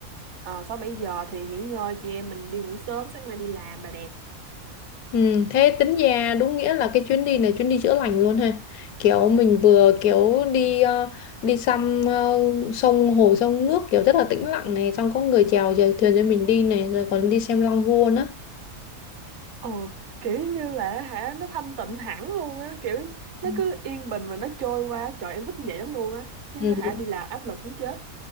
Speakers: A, on the right; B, on the left.
A: ờ, sáu bảy giờ thì nghỉ ngơi chị em mình đi ngủ sớm sáng mai đi làm là đẹp
B: Ừ, thế tính ra đúng nghĩa là cái chuyến đi này chuyến đi chữa lành luôn ha kiểu mình vừa kiểu đi ờ, đi xăm ờ, sông hồ sông nước kiểu rất là tĩnh lặng này xong có người chèo chèo thuyền cho mình đi này rồi còn đi xem Long Vua nữa
A: Ồ, kiểu như là hả nó thanh tịnh hẳn luôn á kiểu nó
B: ừ.
A: cứ yên bình mà nó trôi qua trời em thích vậy lắm luôn á chứ
B: Ừ,
A: hả đi làm áp lực muốn chết